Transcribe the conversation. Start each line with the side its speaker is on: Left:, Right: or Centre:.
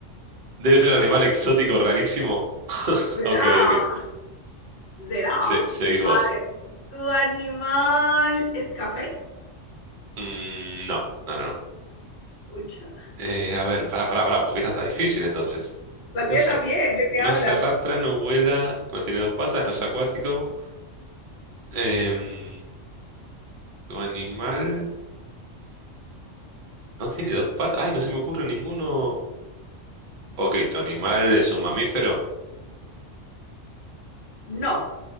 Right: Debe ser un animal exótico rarísimo.
Left: Será.
Right: Ok, ok.
Left: Será.
Right: Se- seguís vos.
Left: A ver, ¿tu animal es café?
Right: Mm, no, no, no. no.
Left: Pucha.
Right: Eh, a ver, pará, pará, pará, porque esta está difícil entonces.
Left: La tuya
Right: No se,
Left: también, ¿de qué
Right: no
Left: hablas?
Right: se arrastra, no vuela, no tiene dos patas, no es acuático. Em, tu animal no tiene dos patas. Ay, no se me ocurre ninguno. Ok, ¿tu animal es un mamífero?
Left: No.